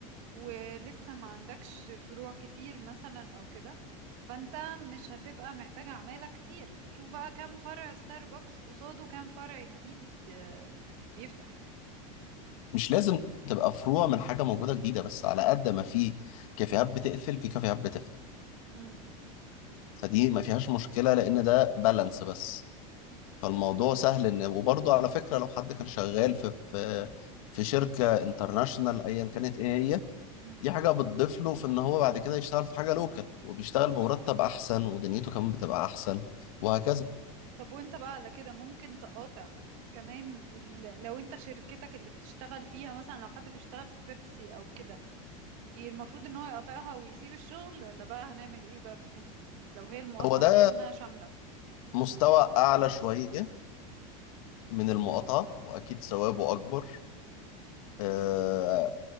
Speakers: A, on the right; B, on the left.
A: ولسه ما عندكش فروع كتير مثلا او كده فانت مش هتبقى محتاجة عمالة كتير شوف بقى كام فرع ستاربكس قصاده كام فرع جديد آه، بيفتح
B: مش لازم تبقى فروع من حاجة موجودة جديدة بس على قد ما في كافيهات بتقفل في كافيهات بتفتح
A: مم.
B: فدي ما فيهاش مشكلة لأن ده بالانس بس فالموضوع سهل إن وبرضه على فكرة لو حد كان شغال في في في شركة انترناشونال أيا كانت إيه هي
A: مم.
B: دي حاجة بتضيف له في ان هو بعد كده يشتغل في حاجة لوكال وبيشتغل بمرتب احسن ودنيته كمان بتبقى احسن وهكذا
A: طب وانت بقى على كده ممكن تقاطع كمان ال... لو انت شركتك اللي بتشتغل فيها مثلا لو حد بيشتغل في بيبسي او كده ي- المفروض ان هو يقاطعها ويسيب الشغل ولا بقى هنعمل ايه بقى في دي لو هي المقاطعة
B: هو ده
A: المفروض انها شاملة
B: مستوى اعلى شوية من المقاطعة واكيد ثوابه اكبر آه